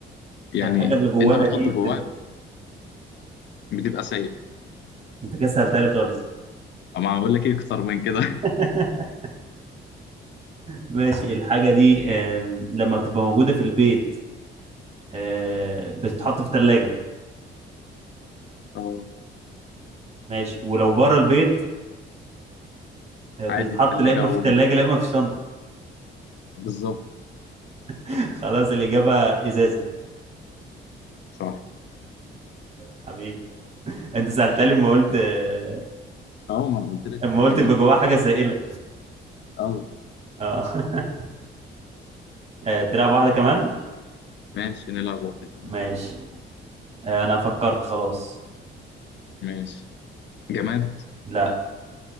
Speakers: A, on the left; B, on the right.
A: يعني
B: الحاجة اللي جواها
A: انت بتحط
B: دي
A: جواها
B: بتبقى
A: بتبقى سايل
B: انت كده سهلتها خالص
A: اما هقول لك ايه اكتر من كده
B: <laughs> ماشي الحاجة دي آم، لما بتبقى موجودة في البيت آه، بتتحط في التلاجة
A: <laughs> اه
B: ماشي ولو بره البيت آه، بتتحط
A: عادي في ثلاجة
B: لا إما
A: أو
B: في التلاجة
A: بره
B: لا إما
A: التلاجة.
B: في الشنطة
A: بالظبط
B: <laughs> خلاص الإجابة إزازة
A: صح
B: حبيبي أنت سألتها لي لما قلت
A: ماشي
B: آه،
A: أه ما أنا قلت لك
B: لما
A: حاجة
B: قلت
A: بلاستيك
B: يبقى جواها حاجة
A: و-
B: سائلة
A: أه
B: اه <laughs> آه، تلعب واحدة كمان
A: ماشي نلعب واحدة كمان
B: ماشي آه، أنا فكرت خلاص
A: ماشي جماد
B: لا